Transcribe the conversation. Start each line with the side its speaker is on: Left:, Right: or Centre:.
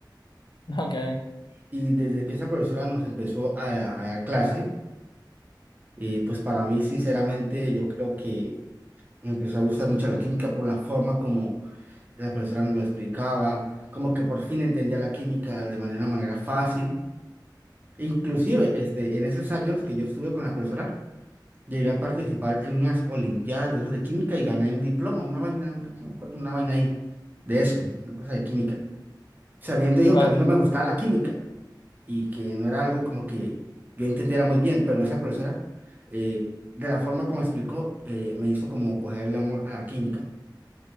Left: <laughs> Ok,
Right: Y desde que esa profesora nos empezó a, a dar clase, eh, pues para mí, sinceramente, yo creo que me empezó a gustar mucho la química por la forma como la profesora nos lo explicaba, como que por fin entendía la química de manera, manera fácil. Inclusive, este, en esos años que yo estuve con la profesora, llegué a participar en unas olimpiadas de esos de química y gané un diploma, una vaina, una, no me acuerdo, una vaina ahí, de eso, una cosa de química. Sabiendo yo
Left: claro.
Right: que a mí no me gustaba la química y que no era algo como que yo entendiera muy bien, pero esa profesora, eh, de la forma como explicó, eh, me hizo como coger el amor a la química.